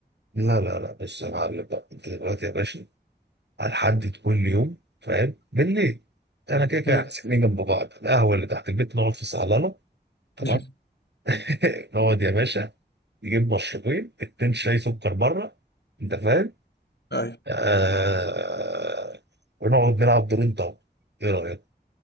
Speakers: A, on the right (about 85°); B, on the left (about 80°).
A: لا لا لا بص يا معلم بقى انت دلوقتي يا باشا هنحدد كل يوم فاهم بالليل انا كده كده
B: مم.
A: إحنا ساكنين جنب بعض القهوه اللي تحت البيت نقعد في صالونه تمام
B: <laughs>
A: <laughs> نقعد يا باشا نجيب مشروبين اتنين شاي سكر بره انت فاهم
B: اي
A: آه... ونقعد نلعب دورين طاوله ايه رايك؟